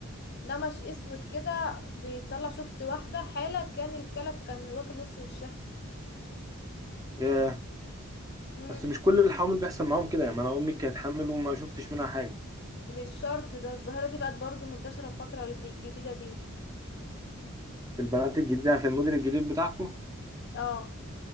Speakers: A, on the left; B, on the right.
A: نمش اسود كده بيطلع شفت واحده حاله كان الكلف كان واكل نص وشها
B: ياه
A: امم
B: بس مش كل الحوامل بيحصل معاهم كده يعني انا امي كانت حامل وما شفتش منها حاجه
A: بالشرط ده الظاهره دي بقت برضو منتشره الفتره دي الجديده دي
B: في البنات الجديده في الموديل الجديد بتاعكم
A: اه